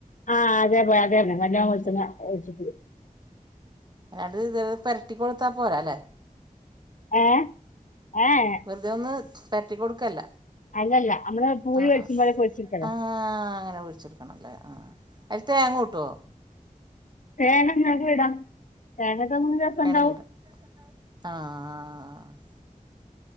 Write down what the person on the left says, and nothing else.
ആഹ് അതേ പോലെ അതേ തന്നെ നല്ലോം വെളിച്ചെണ്ണ ഒഴിച്ച്
ഏഹ് ഏ എ
അല്ലല്ല നമ്മള് പൂരി
പൊരുച്ചും
പോലെ പൊരിച്ചിരിക്കലാ
തേങ്ങ ട് ഞോൻക്ക് ഇടാം തേങ്ങട്ട ഒന്ന് രസണ്ടാവും